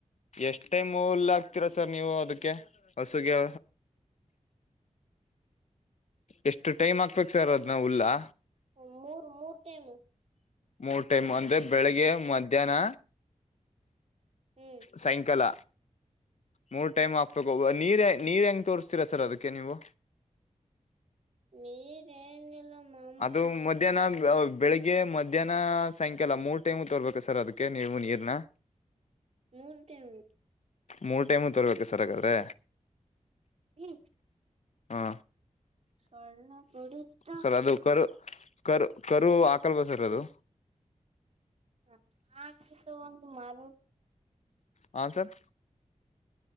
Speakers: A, on the left; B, on the right.
A: ಎಷ್ಟು ಟೈಮ್ ಹುಲ್ಲ ಆಕ್ತೀರಾ ಸರ್ ನೀವು ಅದಕ್ಕೆ ಹಸುಗೆ. ಎಷ್ಟು ಟೈಮ್ ಆಕ್ಬೇಕು ಸರ್ ಅದ್ನಾ ಹುಲ್ಲಾ.
B: ಹ್ಮ್ ಮೂರ್ ಮೂರ್ ಟೆಮು.
A: ಮೂರು ಟೈಮ್ ಅಂದ್ರೆ ಬೆಳಿಗ್ಗೆ ಮಧ್ಯಾಹ್ನ.
B: ಹ್ಮ್
A: ಸಾಯಂಕಾಲ ಮೂರು ಟೈಮ್ ಹಾಕ್ಬೇಕು ಹೋಗ ನೀರು ನೀರು ಹೆಂಗೆ ತೋರಿಸ್ತೀರಾ ಸರ್ ಅದಕ್ಕೆ ನೀವು
B: ನೀರ್ ಏನಿಲ್ಲ ಮಾಮೂಲಿ
A: ಅದು ಮದ ಮಧ್ಯಾಹ್ನ ಬೆಳಗ್ಗೆ ಮಧ್ಯಾಹ್ನ ಸಾಯಕಾಲ ಮೂರ್ ಟೈಮು ತೋರ್ಬೇಕ ಸರ್ ಅದಕ್ಕೆ ನೀವು ನೀರ್ನ
B: ಮೂರ್ ಟೈಮ್ಸ್
A: ಮೂರ್ ಟೈಮು ತರ್ಬೇಕು ಸರಗಾದ್ರೆ
B: ಹ್ಮ
A: ಹಾ
B: ಸ್ವರ್ಣ ಕಡಿ <unintelligible>
A: ಸರ್ ಅದು ಕರು ಕರು ಕರು ಹಾಕಲ್ ಬ ಸರ್ ಅದು
B: ಹ ಆಕಿದ್ದು ಒಂದು ಮರ
A: ಹ ಸರ್